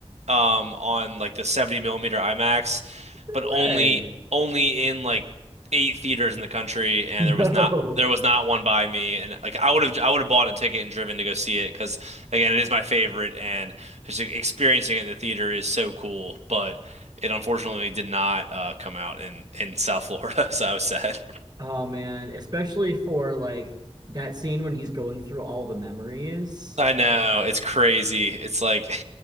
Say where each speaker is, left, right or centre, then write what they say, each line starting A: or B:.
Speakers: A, on the right (about 90°); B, on the right (about 40°).
A: um on like the 70 millimeter IMAX,
B: No
A: but
B: way.
A: only only in like eight theaters in the country
B: <laughs>
A: and
B: No.
A: there was not there was not one by me and like I would have I would have bought a ticket and driven to go see it because again it is my favorite and just e-, experiencing it in the theater is so cool but it unfortunately did not uh, come out in in South Florida, <laughs> so I was sad.
B: Oh man, especially for like that scene when he's going through all the memories.
A: I know it's crazy. It's like